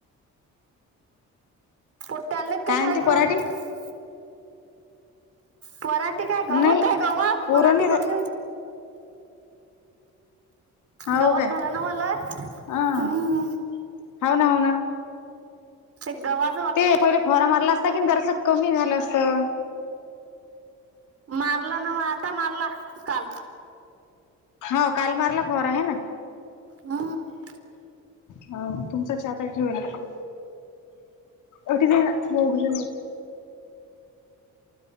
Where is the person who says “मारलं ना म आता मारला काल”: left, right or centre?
Right